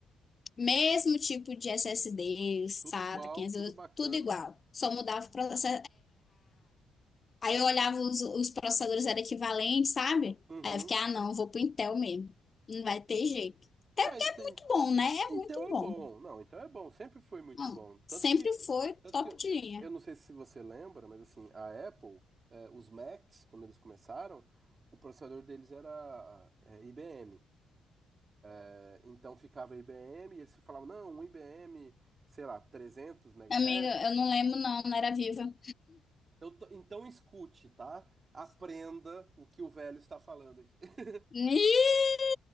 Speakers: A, on the left (about 35°); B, on the right (about 35°).
A: mesmo tipo de SSD, SATA,
B: Tudo igual,
A: 512,
B: tudo bacana.
A: tudo igual. Só mudava o processo, Aí eu olhava os, os processadores eram equivalentes, sabe?
B: Uhum.
A: Aí eu fiquei, ah, não, eu vou pro Intel mesmo. Não vai ter jeito. Até
B: É,
A: porque
B: enten-
A: é muito bom, né? É
B: então
A: muito
B: é
A: bom.
B: bom. Não, então é bom. Sempre foi muito
A: Não,
B: bom. Tanto
A: sempre
B: que,
A: foi
B: tanto
A: top
B: que eh,
A: de linha.
B: eu não sei se você lembra, mas assim, a Apple, eh, os Macs, quando eles começaram, o processador deles era eh, IBM. Eh, Então ficava IBM e eles falavam, não, um IBM, sei lá, trezentos megahertz
A: Amiga, eu não lembro, não, não era viva.
B: Então, t- então escute, tá? Aprenda o que o velho está falando aqui. <laughs>
A: Ih!